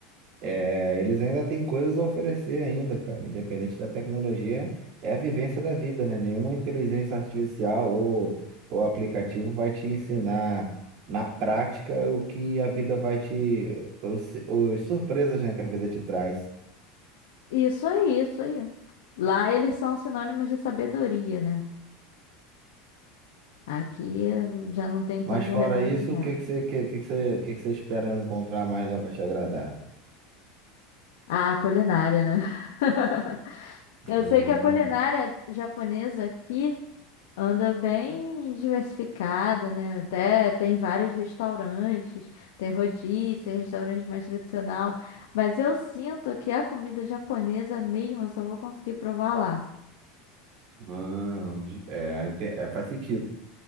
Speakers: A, on the right; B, on the left.
A: É, eles ainda têm coisas a oferecer ainda, cara. Independente da tecnologia, é a vivência da vida, né? Nenhuma inteligência artificial ou, ou aplicativo vai te ensinar na prática o que a vida vai te, os, os surpresas, né, que a vida te traz.
B: Isso aí, isso aí. Lá eles são sinônimos de sabedoria, né? Aqui eh, já não tem tanto
A: Mas fora
B: reconhecimento.
A: isso, o que que você, que, que que você, o que que você espera encontrar mais lá para te agradar?
B: Ah, culinária, né? <laughs> Eu
A: Hum,
B: sei que a culinária japonesa aqui anda bem diversificada, né? Até tem vários restaurantes, tem rodízio, restaurante mais tradicional, mas eu sinto que a comida japonesa mesmo eu só vou conseguir provar lá.
A: hum, é, ente- é, faz sentido.